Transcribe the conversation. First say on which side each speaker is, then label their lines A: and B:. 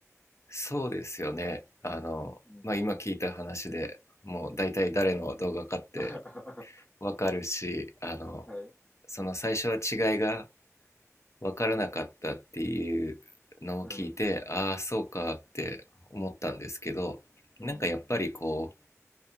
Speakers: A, on the left (about 60°); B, on the left (about 20°).
A: そうですよね。あの、
B: うん。
A: まあ、今聞いた話でもう大体誰の動画かって
B: <laughs>
A: わかるし、あの、
B: はい。
A: その最初は違いが分からなかったっていうのを聞いてああそうかって思ったんですけどなんかやっぱりこう
B: うん。うん。うん。